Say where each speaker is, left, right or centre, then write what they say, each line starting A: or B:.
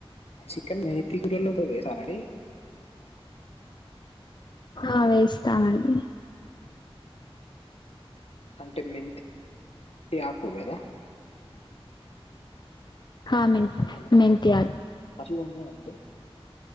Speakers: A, on the left (about 75°); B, on the left (about 50°).
A: చికెన్ మేతీ కురలో కూడా వస్తారండి,
B: ఆ వేస్తానండి
A: అంటే మెంతి ఏ యాకు కదా హ
B: హా మె మెతి ఆకు
A: మంచిగా ఉంటదా అండి,